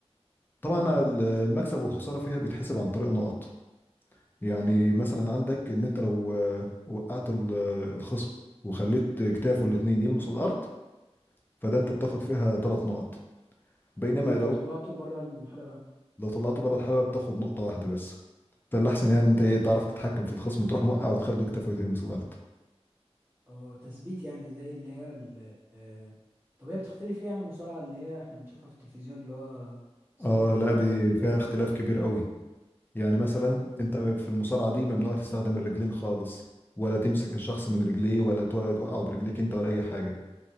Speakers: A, on the left; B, on the right.
A: طبعا
B: امم
A: ال- المكسب والخساره فيها بيتحسب عن طريق نقط يعني مثلا عندك ان انت لو آه، وقعت ال- آه، الخصم وخليت كتافه الاتنين يلمسوا الارض فده انت بتاخد فيها ثلاث نقط بينما
B: طب ولو
A: لو
B: طلعته بره الحلبة
A: لو طلعته بره الحلبه بتاخد نقطه واحده بس فالاحسن يعني انت ايه تعرف تتحكم في الخصم تروح موقع وتخليه كتفه يلمس الارض
B: اه تثبيت يعني زي اللي هي ال- آه، طب هي بتختلف ايه عن المصارعة اللي هي احنا بنشوفها في التلفزيون اللي هو زاروك
A: اه لا
B: بقى
A: دي
B: والناس
A: فيها اختلاف
B: دول
A: كبير قوي يعني مثلا
B: امم
A: انت في المصارعه دي ممنوع تستخدم الرجلين خالص ولا تمسك الشخص من رجليه ولا تو- توقعه برجليك انت ولا اي حاجه